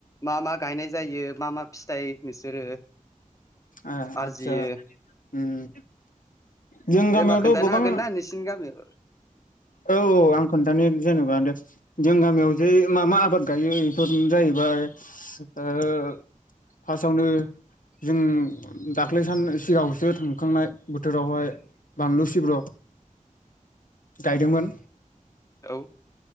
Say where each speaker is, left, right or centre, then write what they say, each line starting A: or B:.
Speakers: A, on the left; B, on the left.
A: मा मा गायनाय जायो मा मा फिथाइ नोंसोरो
B: ए
A: आरजियो
B: आतसाा उम जों
A: दे
B: गामियावथ'
A: होमबा खोन्थानो
B: गोबां
A: हागोन ना नोंसिनि गामियाव
B: औ औ आं खोन्थानो जेनेबा दे जों गामियाव जे मा मा आबाद गायो। फोरनो जाहैबाय ओ फार्स्टआवनो जों दाख्लै सान सिगाङावसो थांखांनाय बोथोरावहाय बानलु सिब्र' गायदोंमोन।
A: औ